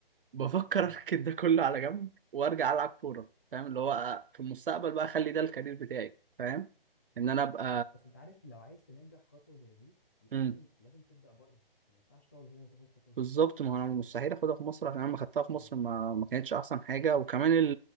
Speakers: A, on the right; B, on the left.
A: بفكر
B: ايه
A: اركن ده كله على جنب وارجع العب كوره فاهم اللي هو في المستقبل بقى اخلي ده الكارير بتاعي فاهم ان انا ابقى
B: بس انت عارف لو عايز تنجح خطوه زي دي يبقى
A: مم.
B: لازم لازم تبدا بره مصر ما ينفعش تقعد هنا وتاخد خطوه زي
A: بالظبط
B: دي
A: ما هو انا مستحيل اخدها في مصر عشان انا لما خدتها في
B: اه
A: مصر ما ما كانتش احسن حاجه وكمان ال...